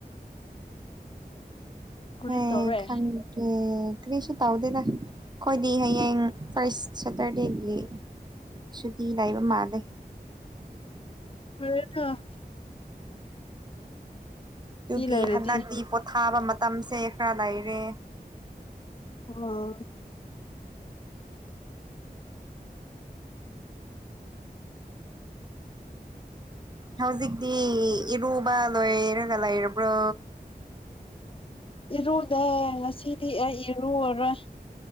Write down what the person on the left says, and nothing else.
ꯀꯔꯤ
ꯇꯧꯔꯦ
<unintelligible> ꯊꯣ ꯁꯨꯇꯤ
ꯂꯩꯔꯗꯤ
ꯎꯝ
ꯏꯔꯨꯗꯦ ꯉꯁꯤꯗꯤ ꯑꯩ ꯏꯔꯨꯔꯔꯣꯏ꯫